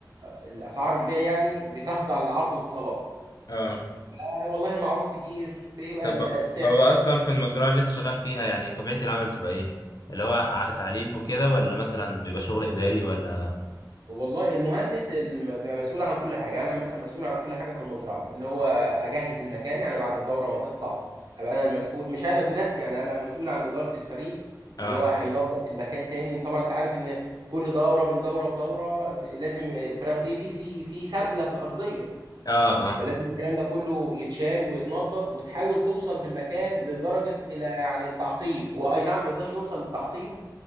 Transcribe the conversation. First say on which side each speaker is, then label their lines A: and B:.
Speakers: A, on the right; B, on the left.
A: آه، الاسعار البيع يعني بتخضع للعرض والطلب
B: اه
A: آه، والله المعروض كتير بيبقى
B: طب
A: السعر
B: هو اصلا في المزرعه اللي انت شغال فيها يعني طبيعه العمل بتبقى ايه اللي هو ع- تعليف وكده ولا مثلا بيبقى شغل اداري ولا
A: والله المهندس الم- بيبقى مسؤول عن كل حاجه انا مثلا مسؤول عن كل حاجه في المزرعه اللي هو اجهز المكان يعني بعد الدوره ما تطلع هبقى انا المسؤول مش انا بنفسي يعني انا مسؤول عن اداره الفريق
B: اه
A: اللي هو هينظف المكان تاني طبعا انت عارف ان كل دوره بين دوره ودوره ب- لازم الفراخ دي في سي- في سبله في الارضيه
B: اه اه
A: فلازم الكلام ده كله يتشال ويتنظف وتحاول توصل بالمكان لدرجه الى يعني التعقيم هو اي نعم ما نقدرش نوصل للتعقيم